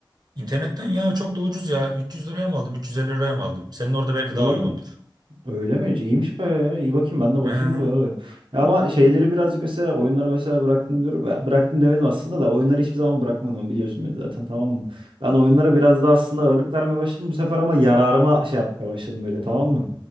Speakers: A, on the right; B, on the right.
A: İnternetten ya çok da ucuz ya. 300 liraya mı aldım, 350 liraya mı aldım? Senin orada belki
B: Öyle
A: daha uygundur.
B: mi? Öyle mi? İyiymiş bayağı ya. İyi bakayım ben de bakayım
A: He.
B: burada abi. Ya ama şeyleri birazcık mesela oyunları mesela bıraktım diyorum. Ya Bıraktım demedim aslında da oyunları hiçbir zaman bırakmam ben biliyorsun beni zaten tamam mı? Ben oyunlara biraz daha aslında ağırlık vermeye başladım bu sefer ama yararıma şey yapmaya başladım böyle tamam mı?